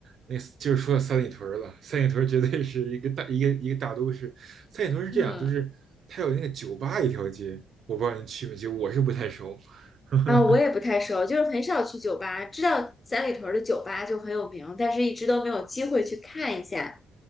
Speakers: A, on the right; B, on the left.
A: 那就是说到三里屯儿了。三里屯儿绝对是一个大一个一个大都市。三里屯儿是这样，
B: 嗯。
A: 就是它有那个酒吧一条街，我不知道您去没去，我是不太熟。<laughs>
B: 啊，我也不太熟，就是很少去酒吧，知道三里屯儿的酒吧就很有名，但是一直都没有机会去看一下。